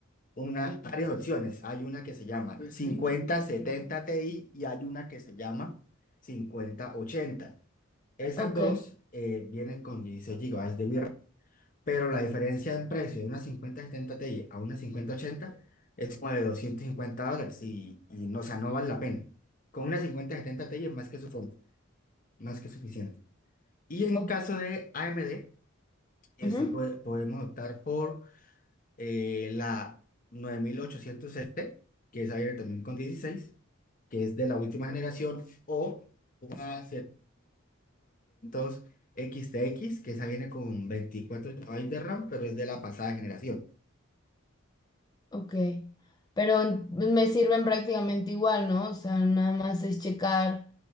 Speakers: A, on the left (about 40°); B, on the left (about 20°).
A: una, varias opciones. Hay una que se llama Pues sí. 5070 Ti y hay una que se llama cincuenta ochenta Esas
B: ok,
A: dos eh, vienen con 16 gigabytes de VRAM, pero la diferencia en precio de una cincuenta setenta Ti a una cincuenta ochenta es como de 250 dólares y, y no, o sea, no vale la pena. Con una cincuenta setenta Ti es más que, su- más que suficiente. Y en
B: ok,
A: caso de AMD, eh,
B: ujú,
A: se puede- podemos optar por eh, la nueve mil ochocientos s que esa viene también con dieciséis que es de la última generación, o una 7900 x que esa viene con 24 gigabytes de RAM, pero es de la pasada generación.
B: ok. Pero me sirven prácticamente igual, ¿no? O sea, nada más es checar.